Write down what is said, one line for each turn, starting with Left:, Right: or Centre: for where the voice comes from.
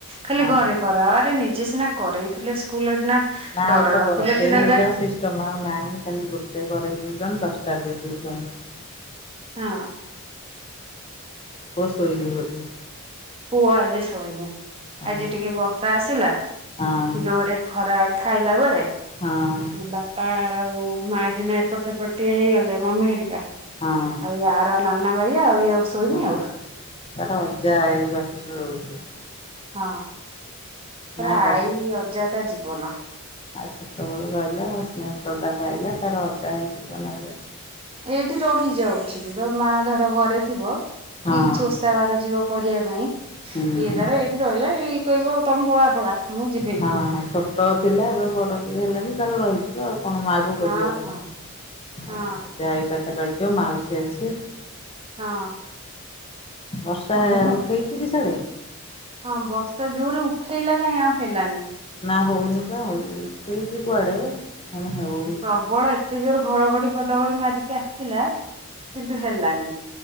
Right: ଖାଲି
Left: ହଁ
Right: ଘରେ କରାଅ ଆରେ ନିଜେ ସିନା କରେଇଥିଲେ ସ୍କୁଲ ନା ଡର
Left: ଆଉ ତ
Right: ରଖିଲେ
Left: ସେରା
Right: ପିଲା
Left: ସିଷ୍ଟମ୍ ଆଉ ନାହିଁ ଖାଲି ଗୋଟେ କରରେ ଦେଉଛନ୍ ଦଶଟା ଦେଇ ଦେଉଛନ
Right: ହଁ।
Left: ପୁଅ ଶୋଇଛି ବୋଧେ।
Right: ପୁଅ ଆଜି ଶୋଇନି
Left: ହଁ
Right: ଆଜି ଟିକେ ବର୍ଷା ଆସିଲା
Left: ହଁ
Right: ଜୋରେ ଖରା ଖାଇଲା ବେଳେ।
Left: ହଁ।
Right: ବାପା ଆଉ ମା କିନା ଏପଟ ସେପଟ ଟିକେ ହେଇଗଲେ ମମି ଘାରିକା।
Left: ହଁ
Right: ଆଉ ଆର ନାନା ଭାଇ ଆଉ ଇଏ ଶୋଇନି
Left: ହଁ
Right: ଆଉ।
Left: ତାର ଅଜା ଆଈ ପାଖରେ ରହୁଛି।
Right: ହଁ ପୁରା
Left: ନା
Right: ଆଈ
Left: ବର୍ଷା ଟିକେ
Right: ଅଜା ତା ଜୀବନ।
Left: ଆଉ ଛୋଟବେଳୁ ରହିଲା ସ୍ନେହ ଶ୍ରଦ୍ଧା ପାଇଲା ତାର ଅଜା ହେଇଯିବନି।
Right: ଏଇଠି ରହି ଯାଉଛି ବି, ଧ ମା ଧର ଘରେ ଥିବ କି
Left: ହଁ
Right: କିଛି ଓସାବାର ଯିବ କରିବା ପାଇଁ ଇଏ
Left: ହୁଁ
Right: ତାର ଏଇଠି ରହିଲା ଏଇ କହିବ ତମେ ପଳା ପଳା। ମୁଁ ଯିବିନି
Left: ହଁ ଛୋଟ ଥିଲା ଏବେ ବଡ ଟିକେ ହେଲାଣି ତାର ରହିଯିବ ଆଉ କଣ ମା କୁ ଖୋଜିବ
Right: ହଁ
Left: କାଇଁ?
Right: ହଁ ହଁ
Left: ଆଉ ଯାହା ଏଇ ପାଖରେ ରହିଥିବ ମାଉସୀ ଅଛି।
Right: ହଁ
Left: ବର୍ଷା
Right: ମୁଁ
Left: ଉଠେଇଛି କି ସିଆଡେ?
Right: ହଁ ବର୍ଷା ଜୋରେ ଉଠେଇଲା କାହିଁ ଆଉ ହେଲାନି।
Left: ନା ହଉନି ପା ହଉନି ଉଠେଇଛି କୁଆଡେ? ଏଇନା ହେବ।
Right: ପ୍ରବଳ ଏତେ ଜୋର୍ ଘଡ଼ଘଡି ଖଲଘଡି ମାରିକି ଆସିଲା କିନ୍ତୁ ହେଲାନି।